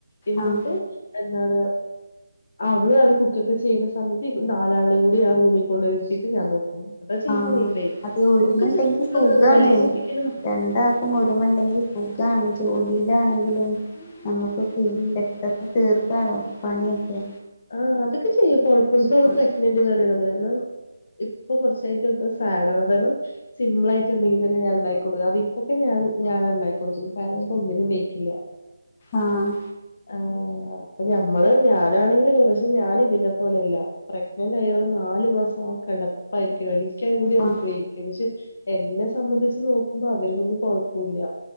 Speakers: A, on the left (about 45°); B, on the left (about 25°).
A: എന്നിട്ട്
B: ആഹ്
A: എന്താണ് അവള് അത് കുക്കക്ക ചെയ്യുന്ന സമയത്ത് ഈ നാലാളിനേം കൂ ട്ടി ആ റൂമി കൊണ്ടിരിത്തിയിട്ട് ഞാൻ നോക്കും അതാ ചെയ്യണേണ്ടേ
B: ആഹ് അതെ ഒരുമ
A: ഒക്കെ
B: ഇണ്ടെങ്കി
A: ചെറിയ കുട്ടികളാണ്
B: സുഖാണ്
A: വലിയ കുട്ടിക്കൊന്നും
B: രണ്ടാ ക്കും ഒരുമ എണ്ടെങ്കി സുഖാണ് ജോലിയിലാണെങ്കിലും നമുക്ക് <unintelligible>
A: ഉം
B: <unintelligible> തീർക്കാലോ പണിയൊക്കെ
A: ആഹ് അതൊക്കെ ചെയ്യും കൊഴപ്പോന്നും ഇപ്പവള്
B: ആഹ്
A: പ്രഗ്നന്റ്ന്ന് പറയണത് കാരണം ഇപ്പൊ കൊറച്ചായിട്ട് അവക്ക് സാഡാണ് അത്കാരണം സിമ്പിളായിട്ടെന്തെങ്കിലും തന്നെ ഞാനിണ്ടാക്കി കൊടുക്കും അതിപ്പൊക്കെ ഞാൻ ഞാനാണിണ്ടാക്കി കൊടുക്കല് കാരണം ഇപ്പൊ ഒന്നിനും വെയ്ക്കില്ല
B: ആഹ്
A: ആഹ് അപ്പൊ ഞമ്മള് ഞാനാണെങ്കി <unintelligible> പക്ഷെ ഞാന് ഇതിന്നെ പോലെയല്ല പ്രഗ്നന്റ് ആയി പറഞ്ഞ് നാല് മാസം ആ കിടപ്പായിരിക്കും എണീ ക്കാൻകൂടി നമുക്ക്
B: ആഹ്
A: <unintelligible> പക്ഷെ എന്നെ സംബന്ധിച്ച് നോക്കുമ്പോ അവരിക്കൊന്നും കൊഴപ്പൂല്ല